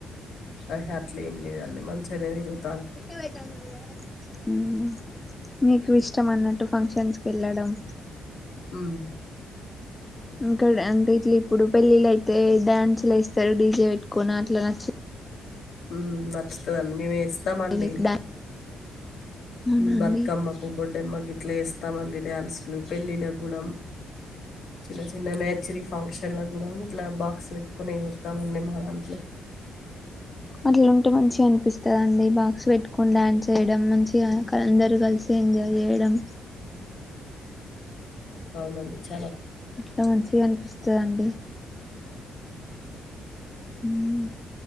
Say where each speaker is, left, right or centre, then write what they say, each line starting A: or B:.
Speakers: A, on the left (about 70°); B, on the left (about 15°).
A: అహే అట్లే ఏం లేదండి మంచిు అనేదిరు <unintelligible> గు
B: కృషి వదమదద <unintelligible> ఉమ్ మీకు ఇష్టం అన్నట్టు ఫంక్షన్స్ కి వెళ్ళడం
A: ఉమ్
B: ఇంకాడ అంటే ఇట్లా ఇప్పుడు పెళ్ళిళ్ళు యితే డ్యాన్సు లు వేస్తారు డీజే పెట్టుకొని అట్లా నచ్చ
A: ఉమ్ నచ్చుతదండి మేము వేస్తామండి
B: మీకు డా అవునా
A: బతుకమ్మ
B: అండి
A: కు కూడా డెమ్మగిట్లు వేస్తామండి డ్యాన్సులు పెళ్ళిలో గూడ చిన్న చిన్న మే చ్చరీ ఫంక్షన్లో కూడా ఇట్లా బాక్స్ పెట్టుకొని ఎస్తమండి మా దాంట్లో
B: అట్లాఉంటే మంచి అనిపిస్తదిండి బాక్స్ పెట్టుకొని డాన్స్ వేయడం మంచిగా అందరు కలిసి ఎంజాయ్ చేయడం
A: ఆహ
B: అట్లా మంచిగా అనిపిస్తదండి ఉమ్